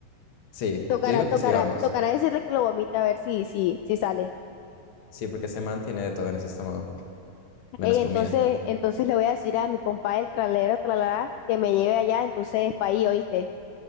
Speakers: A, on the left; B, on the left.
A: Sí,
B: Tocará,
A: yo digo
B: tocará,
A: que sí, vamos.
B: tocará decirle que lo vomite a ver si, si, si sale.
A: Sí, porque ese man tiene de todo en ese estómago, menos
B: Ey, entonces,
A: comida.
B: entonces le voy a decir a mi compa el tralero, tralará, que me lleve allá, entonces, pa país, ¿oíste?